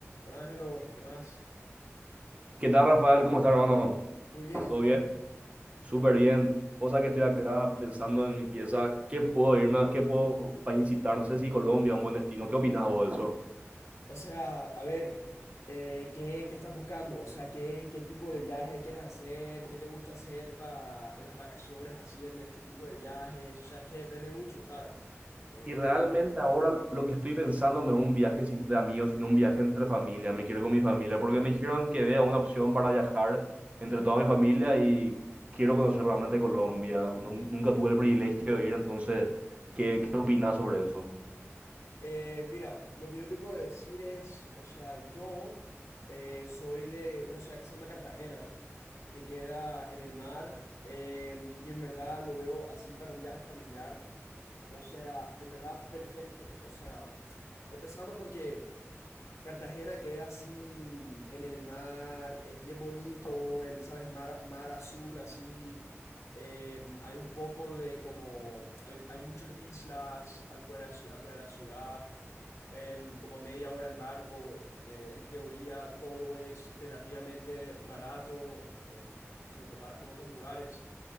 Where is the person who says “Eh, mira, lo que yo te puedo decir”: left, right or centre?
Left